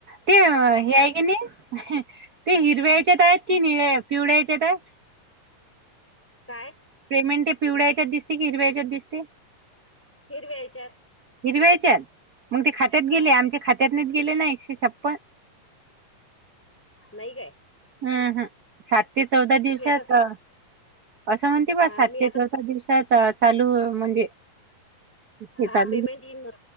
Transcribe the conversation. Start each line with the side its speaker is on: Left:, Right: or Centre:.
Right: ते हे आहे की नाही ते हिरव्याच्यात आहेत कि निळ्या पिवळे हेच्यात आहेत
Centre: काय
Right: पेमेंट हे पिवळ्या हेच्याच दिसते की हिरवायच्याच दिसते
Centre: हीरव्या हेच्यात
Right: हिरव्यायच्याच मग ते खात्यात
Centre: हा
Right: गेले आमच्या खात्यातनेच गेले ना एकशे छप्पन
Centre: नाही काय
Right: हम्म हम सात ते चौदा दिवसात
Centre: मी आता से
Right: असं म्हण ते ब
Centre: हा
Right: सात
Centre: मी
Right: ते
Centre: आता
Right: चौथ दिवसात चालू म्हणजे, हे
Centre: हा
Right: चालू
Centre: पेमेंट इईन म.